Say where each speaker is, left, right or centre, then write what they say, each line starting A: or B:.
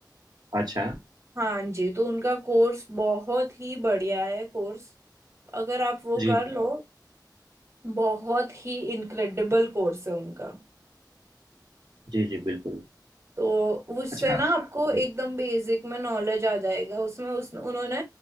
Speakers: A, on the right (about 70°); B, on the right (about 35°).
A: अच्छा
B: हाँ जी तो उनका कोर्स बहुत ही बढ़िया है कोर्स अगर आप वो
A: जी
B: कर लो बहुत ही इनक्रेडिबल कोर्स है उनका
A: जी जी बिल्कुल
B: तो उससे
A: अच्छा
B: ना आपको एकदम
A: जी
B: बेसिक में नॉलेज आ जाएगा उसमें उस उन्होंने